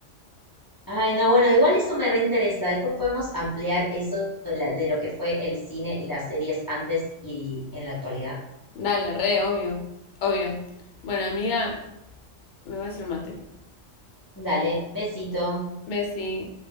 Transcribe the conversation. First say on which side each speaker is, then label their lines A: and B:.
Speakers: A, on the left; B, on the left.
A: Ay, no, bueno, igual eso me reinteresa. Después podemos ampliar eso de, la- de lo que fue el cine y las series antes y en la actualidad.
B: Dale, re, obvio. Obvio. Bueno, amiga, me va a hacer un mate.
A: Dale, besito.
B: Bessie.